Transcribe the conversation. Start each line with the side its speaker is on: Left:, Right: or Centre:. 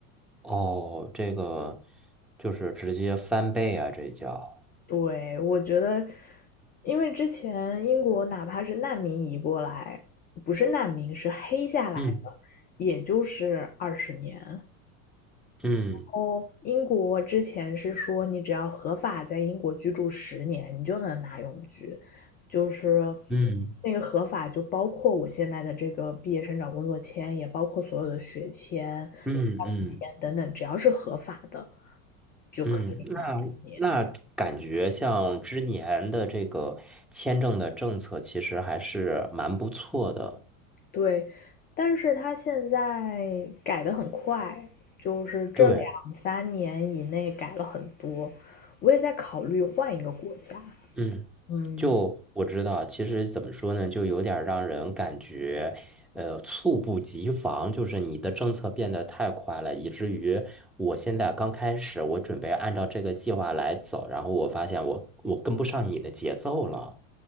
Centre: 哦，这个就是直接翻倍啊，这叫。
Left: 对，我觉得，因为之前英国哪怕是难民移过来，不是难民，是黑下来的，
Centre: 嗯
Left: 也就是二十年。
Centre: 嗯
Left: 哦，英国之前是说，你只要合法在英国居住十年，你就能拿永居，就是
Centre: 嗯
Left: 那个合法就包括我现在的这个毕业生找工作签，也包括所有的学签、伴侣签等等，
Centre: 嗯嗯嗯
Left: 只要是合法的就可以拿十年。
Centre: 嗯。那感觉像之年的这个签证的政策，其实还是蛮不错的。
Left: 对，但是他现在改的很快，就是这两三年以内改了很多，
Centre: 对，
Left: 我也在考虑换一个国家。
Centre: 嗯，
Left: 嗯
Centre: 就我知道，其实怎么说呢，就有点儿让人感觉，呃，猝不及防，就是你的政策变得太快了，以至于我现在刚开始，我准备按照这个计划来走，然后我发现我我跟不上你的节奏了。